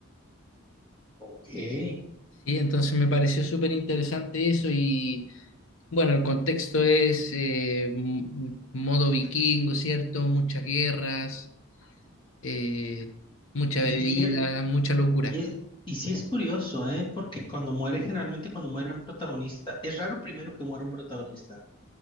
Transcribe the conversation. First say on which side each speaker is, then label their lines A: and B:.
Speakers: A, on the left (about 25°); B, on the left (about 65°).
A: ok. Eh,
B: ¿sí? Entonces me pareció súper interesante eso y bueno, el contexto es eh, m- m- modo vikingo, ¿cierto? Muchas guerras, eh, mucha
A: y,
B: bebida,
A: y, el-
B: mucha locura.
A: y, el- y sí es curioso, ¿eh? Porque cuando muere, generalmente cuando muere un protagonista, es raro primero que muera un protagonista.